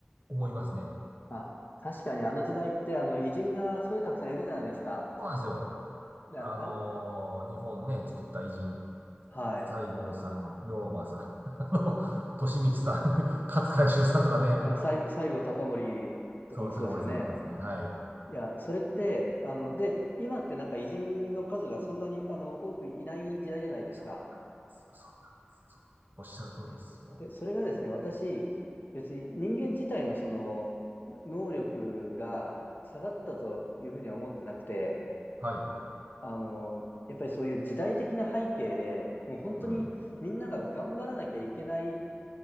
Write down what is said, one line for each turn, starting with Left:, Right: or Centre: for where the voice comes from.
Right: 思いますね。
Left: まあ、確かにあの時代って、あの、偉人がすごいたくさんいるじゃないですか。
Right: そうなんですよ。
Left: でああれ、
Right: あのー日本ね、作った偉人、
Left: はい。
Right: 西郷さん、龍馬さん、<laughs> あの、利光さん、<laughs> 勝海舟さんとかね、
Left: あ、西西郷隆盛とかもそうですよね。
Right: そう、高森さんもそうですね。はい。
Left: いや、それって、あの、で、今ってなんか偉人の数がそんなに、あの、多くいない時代じゃないですか。
Right: そうですよ、そうなんですよ。そうおっしゃる通りです。
Left: いやで、
Right: も
Left: それがですね、私、別に人間自体のその、な能力が下がったというふうには思ってなくて、
Right: う。はい。
Left: あの、やっぱりそういう時代的な背景で、もう本当にみんなが頑張らなきゃいけない
Right: うん、